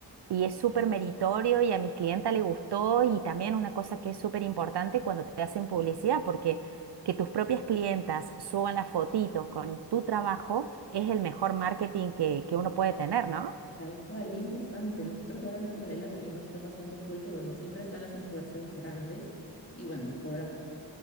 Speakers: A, on the right (about 65°); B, on the left (about 30°).
A: y es súper meritorio y a mis clientas le gustó y también una cosa que es súper importante cuando te hacen publicidad, porque que tus propias clientas suban las fotitos con tu trabajo es el mejor marketing que, que uno puede tener, ¿no?
B: Tal cual, qué importante. Nosotros ahora en Falabella también nos está pasando full que, bueno, siempre están las influencers grandes y, bueno, cobran